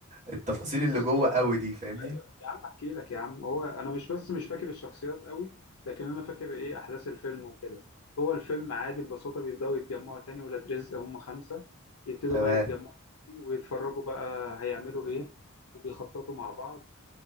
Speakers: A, on the right; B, on the left.
A: التفاصيل اللي
B: بص
A: جوه
B: هو
A: قوي دي فاهمني
B: ايوه يا عم احكي لك يا عم هو انا مش بس مش فاكر الشخصيات قوي لكن انا فاكر ايه احداث الفيلم وكده هو الفيلم عادي ببساطة بيبداوا يتجمعوا تاني ولاد رزق هم خمسة يبتدوا
A: تمام
B: بقى يتجمعوا ويتفرجوا بقى هيعملوا ايه وبيخططوا مع بعض